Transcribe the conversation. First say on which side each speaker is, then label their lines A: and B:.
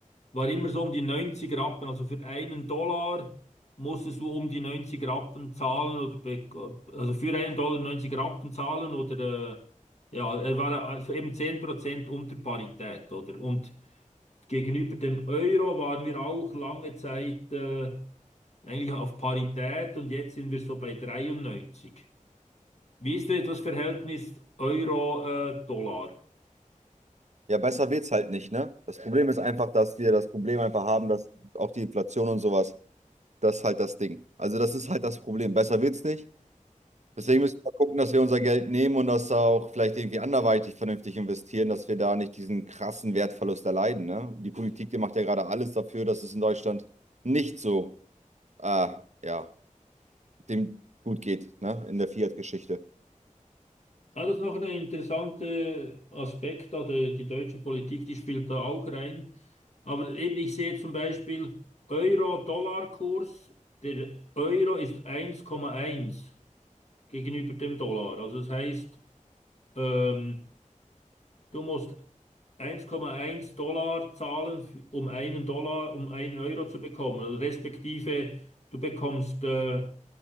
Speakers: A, on the left; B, on the right.
A: War immer so um die 90 Rappen. Also für einen Dollar musstest du um die 90 Rappen zahlen oder be- also für einen Dollar 90 Rappen zahlen oder äh, ja, er war also eben 10% unter Parität, oder? Und gegenüber dem Euro waren wir auch lange Zeit äh, eigentlich auf Parität und jetzt sind wir so bei 93. Wie ist denn das Verhältnis Euro-Dollar?
B: Ja, besser wird es halt nicht, ne? Das Problem ist einfach, dass wir das Problem einfach haben, dass auch die Inflation und sowas, das ist halt das Ding. Also das ist halt das Problem. Besser wird es nicht. Deswegen müssen wir gucken, dass wir unser Geld nehmen und das auch vielleicht irgendwie anderweitig vernünftig investieren, dass wir da nicht diesen krassen Wertverlust erleiden, ne? Die Politik, die macht ja gerade alles dafür, dass es in Deutschland nicht so, äh, ja, dem gut geht, ne? In der Fiat-Geschichte.
A: Ja, das ist noch ein interessanter Aspekt, da die, die deutsche Politik, die spielt da auch rein. Aber eben, ich sehe zum Beispiel Euro-Dollar-Kurs, der Euro ist 1,1 gegenüber dem Dollar. Also das heißt, ähm, du musst 1,1 Dollar zahlen, f- um einen Dollar, um einen Euro zu bekommen. Also respektive, du bekommst äh,